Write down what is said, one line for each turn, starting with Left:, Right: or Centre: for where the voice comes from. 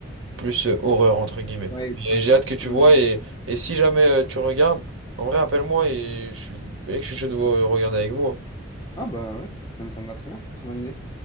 Right: plus euh, horreur, entre guillemets.
Left: Ouais,
Right: Et J'ai
Left: presque
Right: hâte
Left: psychologique.
Right: que tu vois et, et si jamais euh, tu regardes, en vrai, appelle-moi et je suis, mec, je suis chaud de vous regarder avec vous. hein.
Left: Ah bah ouais, ça me, ça me va très bien, très bonne idée.